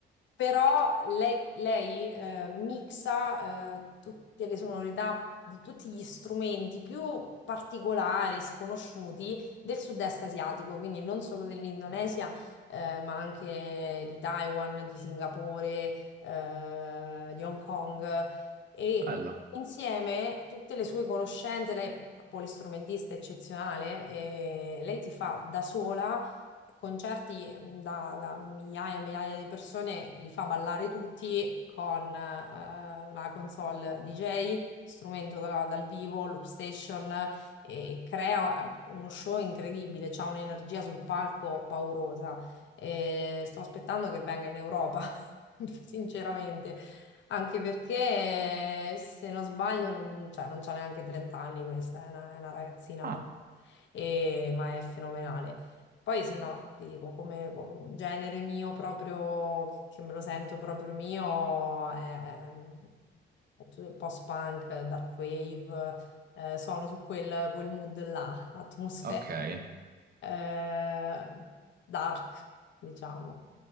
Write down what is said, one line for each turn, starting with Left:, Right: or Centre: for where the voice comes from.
Left: però lei, lei, eh, mixa eh, tutte le sonorità di tutti gli strumenti più particolari, sconosciuti del sud-est asiatico, quindi non solo dell'Indonesia, eh, ma anche di Taiwan, di Singapore, eh, di Hong Kong e
Right: bello.
Left: insieme tutte le sue conoscenze, lei è un polistrumentista eccezionale, e lei ti fa da sola concerti da, da migliaia e migliaia di persone, li fa ballare tutti con eh, la console DJ, strumento da- dal vivo, loop station, e crea eh, uno show incredibile, c'ha un'energia sul palco paurosa. E sto aspettando che venga in Europa, <laughs> sinceramente. Anche perché, se non sbaglio, non, cioè, non c'ha neanche 30 anni questa, è una, è una ragazzina,
Right: Ah,
Left: e- ma è fenomenale. Poi, se no, ti dico, come, come genere mio proprio, che me lo sento proprio mio, è, è tutto il post-punk, dark wave, eh, sono su quel, quel mood là, atmosfera,
Right: ok.
Left: eh, dark, diciamo.